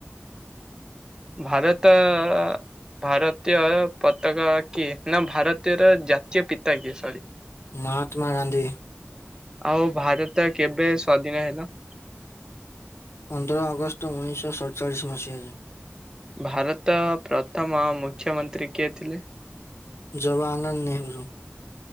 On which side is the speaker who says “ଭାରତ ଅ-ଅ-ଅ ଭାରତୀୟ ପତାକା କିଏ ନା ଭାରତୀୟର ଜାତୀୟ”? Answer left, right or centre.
Right